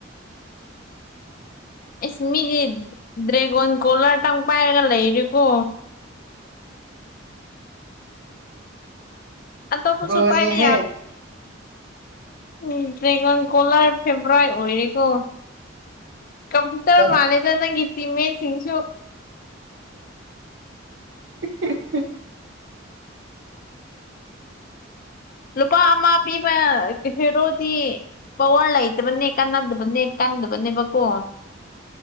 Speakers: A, on the left; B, on the right.
A: ꯑꯦꯁ ꯃꯤꯗꯤ ꯗ꯭ꯔꯦꯒꯣꯟ ꯀꯣꯂꯥꯔꯇꯪ ꯄꯥꯏꯔꯒ ꯂꯩꯔꯦꯀꯣ ꯑꯇ ꯄꯨꯁꯨ
B: ꯄ꯭ꯔꯣꯅꯤꯍꯦ
A: ꯎ ꯄꯥꯏꯃꯦ ꯎꯝ ꯗ꯭ꯔꯦꯒꯟ ꯀꯣꯂꯔ ꯐꯦꯕ꯭ꯔꯋꯥꯥꯏ ꯑꯣꯏꯔꯦꯀꯣ ꯀꯝꯇꯔ
B: ꯀꯟ
A: ꯃꯥꯅꯦꯗ ꯅꯪꯒꯤꯤꯇ ꯃ ꯆꯤꯡꯁꯨ
B: ꯎꯝ
A: ꯂꯨꯄꯥ ꯑꯃ ꯄꯤꯕ ꯀ ꯍꯦꯔꯣꯗꯤ ꯄꯋꯥꯔ ꯂꯩꯇꯕꯅꯦ ꯀꯥꯟꯅꯗꯕꯅꯦ ꯀꯟꯗꯕꯅꯦꯕꯀꯣ